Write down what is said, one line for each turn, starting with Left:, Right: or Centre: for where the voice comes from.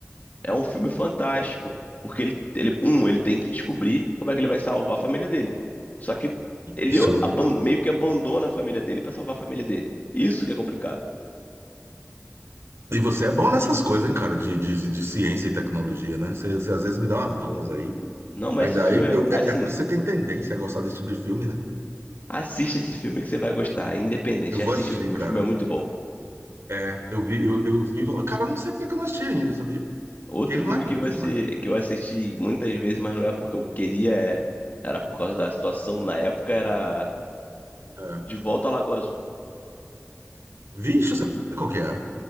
Left: é um filme fantástico, porque ele, ele, um, ele tem que descobrir como é que ele vai salvar a família dele. Só que ele
Right: Isso.
Left: aban- meio que abandona a família dele para salvar a família dele. Isso que é complicado.
Right: E você é bom nessas coisas, hein, cara, de, de, de ciência e tecnologia, né? Você, você às vezes me dá umas aulas aí.
Left: Não, mas
Right: Ainda
Left: esse filme
Right: aí,
Left: é
Right: eu-
Left: é
Right: é,
Left: assim,
Right: é por isso que você tem tendência a gostar desse tipo de filme, né?
Left: Assiste esse filme que você vai gostar, é independente.
Right: Eu
Left: Assiste
Right: vou assistir,
Left: o filme,
Right: cara.
Left: o filme é muito bom.
Right: É, eu vi, eu, eu vi. falar- Cara, eu não sei porque que eu não assisti ainda, sabia?
Left: Outro
Right: Que ele não
Left: filme
Right: é novo,
Left: que você
Right: né?
Left: que eu assisti muitas vezes, mas não é porque eu queria, é- era por causa da situação na época, era
Right: É.
Left: De Volta à Lagoa Azul.
Right: Vixe, eu qual que é.